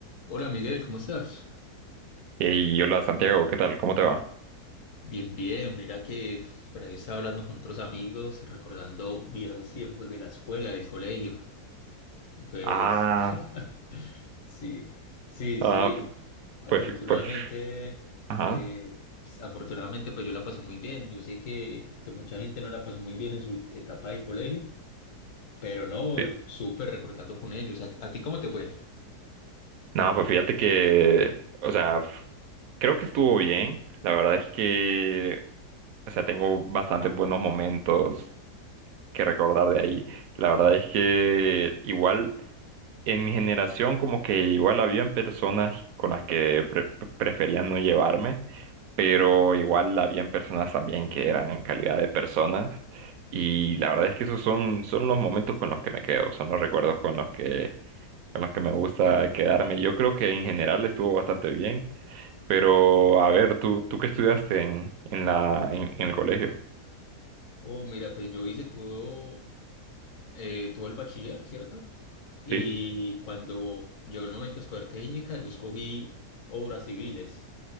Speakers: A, on the left; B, on the right.
A: Hola Miguel, ¿cómo estás?
B: Y hola Santiago, ¿qué tal? ¿Cómo te va?
A: Bien, bien, mira que por ahí estaba hablando con otros amigos, recordando viejos tiempos de la escuela, del colegio. Pues
B: Ah,
A: <laughs> sí, sí,
B: ah,
A: sí. Afortunadamente,
B: pues, pues, ajá.
A: eh, pues, afortunadamente pues yo la pasé muy bien. Yo sé que, que mucha gente no la pasó muy bien en su etapa del colegio, pero no,
B: Sí.
A: súper recordando con ellos. ¿A, a ti cómo te fue?
B: No, pues fíjate que, o sea, f- creo que estuvo bien. La verdad es que, o sea, tengo bastantes buenos momentos que recordar de ahí. La verdad es que igual en mi generación como que igual habían personas con las que pre- pre- preferían no llevarme. pero igual habían personas también que eran en calidad de personas y la verdad es que esos son, son los momentos con los que me quedo, son los recuerdos con los que, con los que me gusta quedarme. Yo creo que en general estuvo bastante bien, pero a ver, ¿tú, tú qué estudiaste en, en la, en, en el colegio?
A: Oh, mira, pues yo hice todo eh, tuvo el bachiller, ¿cierto? Y
B: ¿Sí?
A: cuando llegó el momento de escoger técnica, yo escogí obras civiles.